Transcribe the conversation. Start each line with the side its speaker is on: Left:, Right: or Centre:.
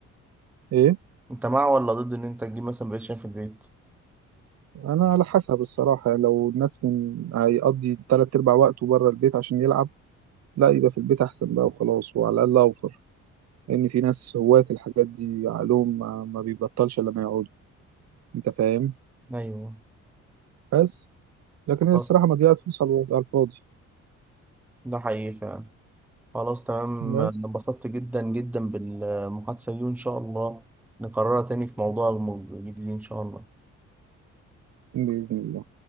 Right: إيه
Centre: انت مع ولا ضد ان انت تجيب مثلا بقيت شايف في البيت
Right: أنا على حسب الصراحة يعني، لو الناس من هيقضي تلات أرباع وقته بره البيت عشان يلعب لا يبقى في البيت أحسن بقى وخلاص وعلى الأقل أوفر لأن في ناس هواة الحاجات دي عقلهم ما ما بيبطلش إلا لما يقعدوا أنت فاهم
Centre: ايوه
Right: بس لكن
Centre: خلاص
Right: هي الصراحة مضيعة فلوس على الو- على الفاضي
Centre: ده حقيقي فعلا خلاص تمام
Right: بس
Centre: أنا انبسطت جدا جدا بالمحادثه دي وان شاء الله نكررها تاني في موضوع جديد ان شاء الله
Right: بإذن الله